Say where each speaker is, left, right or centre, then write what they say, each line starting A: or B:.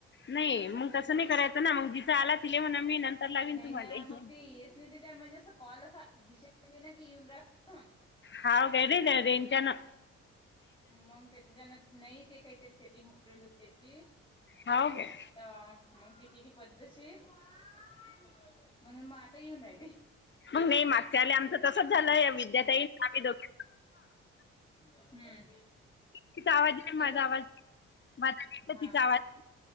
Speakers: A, on the left (about 35°); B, on the left (about 15°).
A: नाही मग
B: असं होते
A: तसं
B: न
A: नाही
B: ते
A: करायचं ना मग जिचा आला तिले म्हणा मी नंतर लावीन
B: नाय
A: तुम्हाला
B: ना मग ते ये नाही त्याच्या म्हणजे अस कॉल असा <inaudible> ना की येऊन राहिला. म्हणून.
A: हाव घरीच आहे रेंजान
B: मग त्याच्याच्यान नाही ते काहीतरी सेटिंग हुकलेली होती त्याची
A: हाव काय?
B: मग ती केली पद्धतशीर म्हणून मग आता येऊन राहिली.
A: मग नाही मागच्या आले आमचं तसच झालंय विद्याताई आम्ही दोघी
B: हम्म.
A: तिथं आवाज येत नाही माझा
B: एक होत
A: आवाज मग आता तिथं
B: हा
A: तिचा आवाज